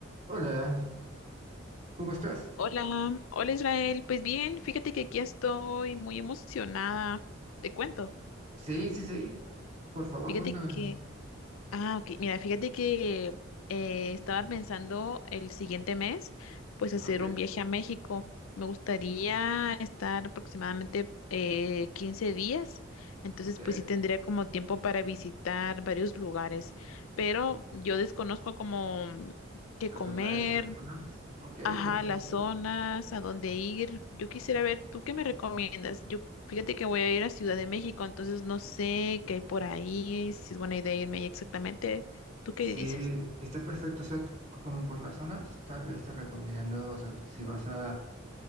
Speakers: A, on the right; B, on the left.
A: Hola, ¿cómo estás?
B: Hola, hola Israel. Pues bien, fíjate que aquí estoy muy emocionada. Te cuento.
A: Sí, sí, sí. Por favor,
B: Fíjate
A: cuéntame.
B: que, ah, ok, mira, fíjate que eh, estaba pensando el siguiente mes, pues hacer
A: Ok,
B: un viaje a México. Me gustaría estar aproximadamente eh, 15 días, entonces
A: ok.
B: pues sí tendría como tiempo para visitar varios lugares, pero yo desconozco como qué
A: Los
B: comer,
A: lugares y las zonas. Ok,
B: Ajá,
A: perfecto.
B: las zonas, a dónde ir. Yo quisiera ver, ¿tú qué me recomiendas? Yo, fíjate que voy a ir a Ciudad de México, entonces no sé qué hay por ahí, si es buena idea irme ahí exactamente. ¿Tú qué
A: Sí,
B: dices?
A: está perfecto. O sea, c- como por las zonas, tal vez te recomiendo, o sea, si vas a